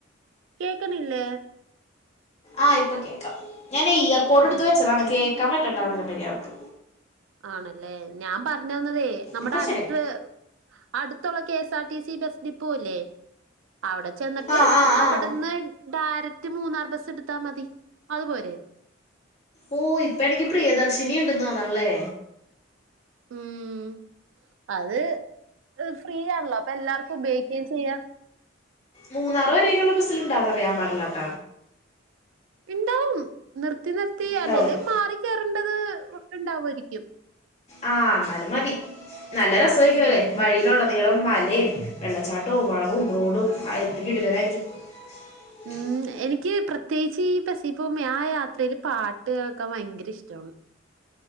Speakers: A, on the right (about 70°); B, on the left (about 35°).
A: കേൾക്കുന്നില്ലേ
B: ആ ഇപ്പം കേൾക്കാം. ഞാൻ ഈ ഇയർ പോട് എടുത്ത്
A: ആഹ്
B: വെച്ചതാണ്. കേൾക്കാൻ പറ്റുണ്ടായിരുന്നില്ല മര്യാദക്ക്
A: ആണല്ലേ, ഞാൻ പറഞ്ഞ വന്നതേ നമ്മുടെ
B: ഇപ്പൊ
A: അടുത്ത്
B: ശരിയായി
A: അടുത്തുള്ള K S R T C bus depot ഇല്ലേ, അവിടെ ചെന്നിട്ട്
B: ആഹ് ആഹ്
A: അവിടുന്ന്
B: ആഹ്
A: ഡയറക്റ്റ് മൂന്നാർ ബസ് എടുത്താ മതി അതുപോരേ?
B: ഓ ഇപ്പ എണിക്കി പ്രിയദർശിനി ഉണ്ട് തോന്നുന്നല്ലേ.
A: ഉം അത് ഫ്രീയാണല്ലോ അപ്പൊ എല്ലാർക്കും ഉപയോഗിക്കുകയും ചെയ്യാ.
B: മൂന്നാർ വരേക്കുള്ള ബസ്സിലുണ്ടോന്നാ അറിയാൻ പാടില്ലാട്ട
A: ഉണ്ടാവും നിർത്തി നിർത്തി
B: ഉണ്ടാവുമല്ലേ
A: അല്ലെങ്കിൽ മാറി കയറേണ്ടത് ഉണ്ടാവുമായിരിക്കും.
B: ആ എന്നാലും മതി നല്ല രസമായിരിക്കും
A: ഉം
B: അല്ലേ? വഴിയിലുടനീളം മലയും, വെള്ളച്ചാട്ടവും, വളവും, റോഡും ഹാ എന്ത് കിടില്ലനായിരിക്കും. ഉ
A: മ്മ്. എനിക്ക് പ്രത്യേകിച്ച് ഈ ബസിൽ പോകുമ്പോൾ ആ യാത്രയിൽ പാട്ട് കേൾക്കാൻ ഭയങ്കര ഇഷ്ടമാണ്.